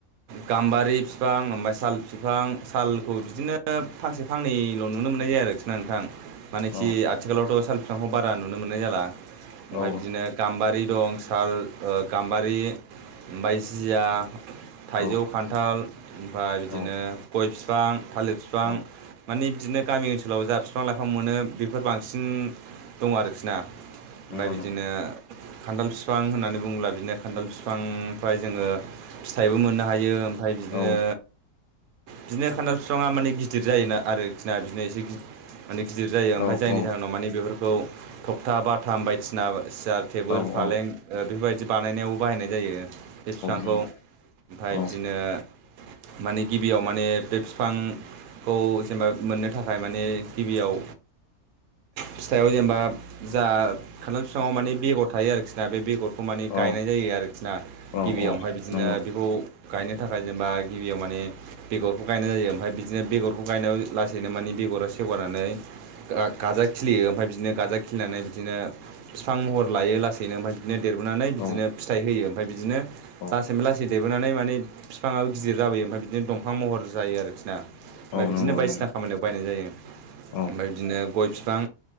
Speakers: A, on the right; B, on the left.
A: गाम्बारि फिफां ओमफाय साल बिफां सालखौ बिदिनो फांसे फांनैल' नुनो मोननाय जायो आरोखि ना नोंथां। मानेखि
B: औ
A: आथिखालावथ' साल बिफांखौ बारा नुनो मोननाय जाला। ओमफ्राय
B: औ
A: बिदिनो गाम्बारि दं साल ओ गाम्बारि ओमफाय जिया थाइजौ
B: औ
A: खान्थाल ओमफाय बिदिनो
B: औ
A: गय फिफां, थालिर फिफां
B: औ
A: माने बिदिनो गामि ओनसोलाव जा फि बिफां लाइफां मोनो बेफोर बांसिन दं आरोखि ना। ओमफ्राय
B: नंगौ
A: बिदिनो
B: नंगौ
A: खान्थाल फिफां होननानै बुङोब्ला बिदिनो खान्थाल फिफांनिफ्राय जोङो फिथाइबो मोननो हायो। ओमफ्राय बिदिनो
B: औ
A: बिदिनो खान्थाल बिफाङा माने गिदिर जायोना आरोखिना बिनो एसे गि माने गिदिर जायो ओमफाय
B: औ
A: जायनि
B: औ
A: जाहोनाव माने बेफोरखौ थखथा बाथाम बायदिसिना। सियार टेबोल
B: औ
A: फालें
B: औ
A: ओ बेफोरबायदि बानायनायावबो बाहायनाय जायो। बे फिफांखौ
B: नंगौ
A: ओमफाय
B: औ
A: बिदिनो माने गिबियाव माने बे फिफां। खौ जेनेबा मोननो थाखाय माने गिबियाव। फिथाइाव जेनेबा जा। खान्थाल फिफाङाव माने बेगर थायो आरोखिना बे बेगरखौ माने
B: औ
A: गायनाय जायो आरोखि ना।
B: औ
A: गिबियाव
B: औ
A: ओमफाय बिदिनो
B: नंगौ
A: बेखौ गायनो थाखाय जेनेबा गिबियाव माने। बेगरखौ गायनाय जायो ओमफ्राय बिदिनो बेगरखौ गायनायाव लासैनो मानि बेगरा सेवगारनानै। गा गाजा खिलियो ओमफ्राय बिदिनो गाजा खिलिनानै बिदिनो फिफां महर लायो लास दिनो ओमफ्राय बिदिनो देरबोनानै बिदिनो
B: औ
A: फिथाइ होयो ओमफ्राय बिदिनो।
B: औ
A: लासैबो लासै देरबोनानै माने बिफाङाबो गिदिर जाबोयो ओमफफ्राय बिदिनो दंफां महर जायो आरोखि ना ओमफफ्राय
B: औ
A: बिदिनो
B: नंगौ
A: बायदिसिना
B: नंगौ
A: खामानियाव बायनाय जायो
B: औ
A: ओमफफ्राय बिदिनो गय बिफां